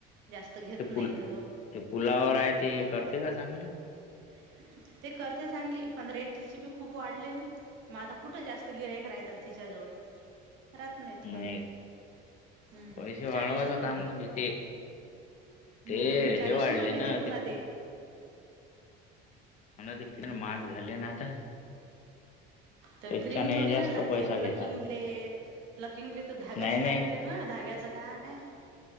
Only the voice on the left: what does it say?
ते
पुल
ते पुलावर आहे ते करते का चांगलं.
नाही
पैसे वाढवायचं
काम
म्हणजे ते ते
हे वाढले
ना
मना
देण माग झाले ना आता.
त्याच्याने
हे जास्त
पैसा
घेतात.
नाही नाही
नाही